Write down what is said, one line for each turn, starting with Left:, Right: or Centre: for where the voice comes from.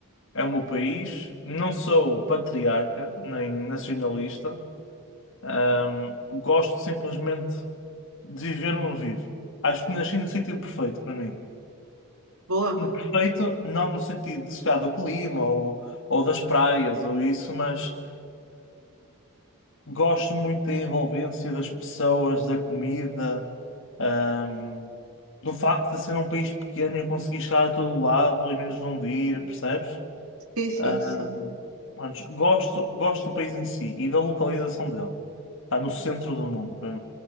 Left: É o meu país, não sou patriarca nem nacionalista, ahm, gosto simplesmente de viver onde vivo. Acho que nasci no sentido perfeito para mim.
Right: Boa.
Left: No perfeito, não no sentido de chegar do clima ou, ou das praias ou isso, mas Gosto muito da envolvência das pessoas, da comida, ahm, do facto de ser um país pequeno e eu conseguir chegar a todo lado em menos de um dia, percebes?
Right: Sim, sim,
Left: Ahm,
Right: sim.
Left: pronto, gosto, gosto do país em si e da localização dele. Está no centro do mundo para